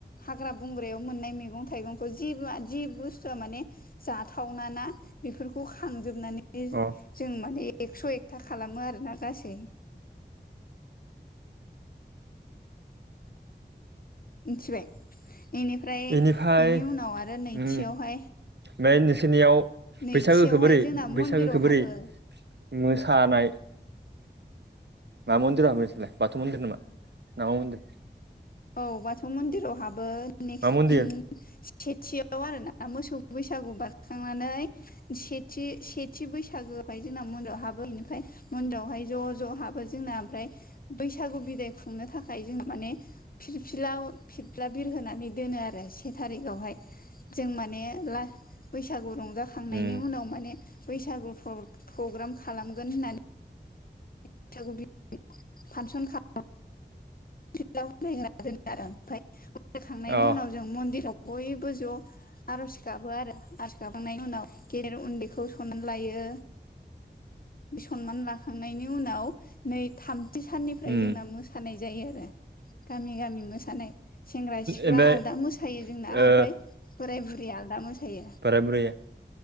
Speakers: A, on the left; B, on the right.
A: हाग्रा बंग्रायाव मोननाय मेगं थाइगंखौ जिबो जि बुस्थुआ माने जाथावना ना बेफोरखौ खांजोबनानै
B: अ
A: जों माने एकस' एकथा खालामो आरोना गासै। मिथिबाय इनिफ्राय
B: इनिफाय
A: इनि उनाव आरो नैथियावहाय
B: उम ओमफाय नोंसिनियाव
A: नैथियावहाय
B: बैसागोखौ बोरै
A: जोंना मन्दिराव
B: बैसागोखौ
A: हाबो
B: बोरै मोसानाय मा मन्दिराव हाबो नोंसालाय बाथौ मन्दिर नामा नामा मन्दिर?
A: औ बाथौ मन्दिराव हाबो नेक्स्ट
B: मा मन्दिर
A: <unintelligible> सेथियाव आरोना मोसौ बैसागु बारखांनानै सेथि सेथि बैसागोहाय जोंना मदआव हाबो बेनिफ्राय मन्दिरावहाय ज' ज' हाबो जोंना ओमफ्राय बैसागु बिदाय खुंनो थाखाय जोंङो माने फिरफिला फिरफिला बिरहोनानै दोनो आरो से थारिखावहाय। जों माने ला बैसागु रंजा खांनायनि
B: उम
A: उनाव माने बैसागु प्र-प्रग्राम खालामगोन होननानै <unintelligible> सागु बि फानसन खालाम <unintelligible> दोनो आरो ओमफ्राय होलायखांनायनि
B: अ
A: उनाव जों मन्दिराव बयबो ज' आर'ज गाबो आरो आर'ज गाबखांनायनि उनाव गेदेर उन्दैखौ सननानै लायो। सनमान लाखांनायनि उनाव नै थाम थि साननिफ्राय
B: उम
A: जोंना मोसानाय जायो आरो गामि गामि मोसानाय। सेंग्रा सिख्ला
B: ओमफाय
A: आलादा मोसायो जोंना
B: ओ
A: ओमफ्राय बोराय बुरि आलादा मोसायो।
B: बोराय बुरै